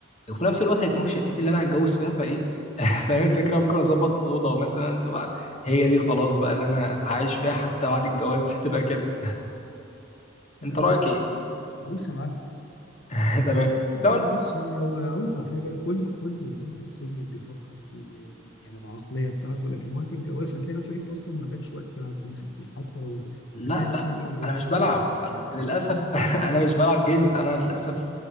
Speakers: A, on the left; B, on the left.
A: وفي نفس الوقت هيكون في شقتي اللي انا هتجوز فيها فايه <laughs> فاهم الفكره ممكن اظبط اوضه مثلا تبقى هي دي خلاص بقى اللي انا هعيش فيها حتى بعد الجواز <laughs> تبقى كده انت
B: آه.
A: رايك ايه
B: دوس يا معلم
A: <laughs> تمام
B: والله انت
A: لو أنا-
B: بص هو هقول لك على حاجه كل كل كل واحد سنجل بيفكر بي بي يعني بعقليه بتاعته لكن وقت الجواز هتلاقي نفسك انت اصلا ما عندكش وقت تلعب جيمز كتير حتى لو
A: لا
B: هتلاقي مثلا
A: لا
B: ايه مراتك
A: انا مش بلعب
B: هتقول لك انت مش عارف ايه
A: للاسف
B: وبتاع
A: <laughs>
B: مم.
A: انا مش بلعب جيمز انا للاسف